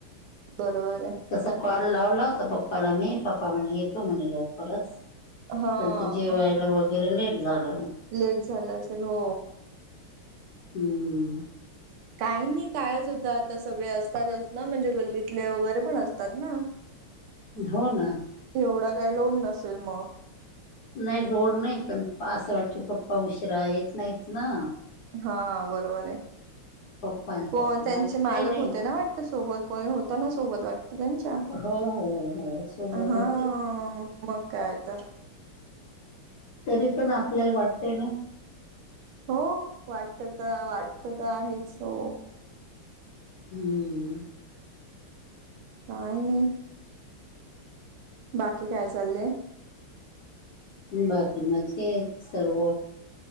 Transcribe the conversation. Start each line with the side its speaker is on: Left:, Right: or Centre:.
Right: बरोबर आहे
Left: तसा कॉल लावला होता पप्पाला मी पप्पा म्हणे येतो म्हणे लवकरच.
Right: हा
Left: पण ते जेवायला वगैरे लेट झालं.
Right: लेट झालं असेल हो.
Left: हम्म!
Right: काही नाही काय सुद्धा आता सगळे असतातच ना म्हणजे गल्लीतले वगैरे पण असतात ना.
Left: हो ना!
Right: एवढा काय लोड नसेल मग?
Left: नाही लोड नाही पण असं वाटतय पप्पा उशिरा येत नाहीत ना.
Right: हा बरोबर आहे
Left: पप्पांसाठी
Right: त्यांचे
Left: बाकी
Right: मालक
Left: काही नाही
Right: होते ना वाट त सोबत कोणी होत ना सोबत वाटतं त्यांच्या.
Left: हो हो हो सोबत
Right: हा
Left: होते
Right: मग काय तर!
Left: तरी पण आपल्याला वाटतय ना!
Right: हो वाटत त वाटत त आहेच हो.
Left: हम्म
Right: काय नाही. बाकी काय चाललंय?
Left: बाकी मजेत सर्व,